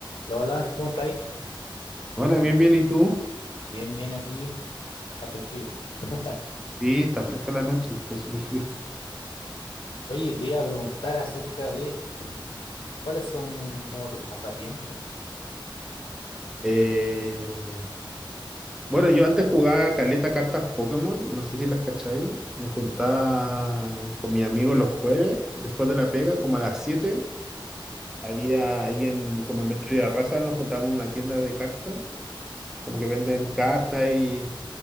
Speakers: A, on the left (about 70°); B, in the centre.
A: Lola, ¿cómo estáis?
B: Hola, bien, bien, ¿y tú?
A: Bien, bien aquí, hace frío. <laughs>
B: Sí, está fresca la noche, está súper frío.
A: Oye, te iba a preguntar acerca de cuáles son como tus pasatiempos.
B: Eh, bueno, yo antes jugaba caleta cartas Pokémon, no sé si las cacháis. Me juntaba con mi amigo los jueves, después de la pega, como a las siete, Había ahí en, como en Metro Raza nos juntábamos en una tienda de cartas, como que venden cartas y,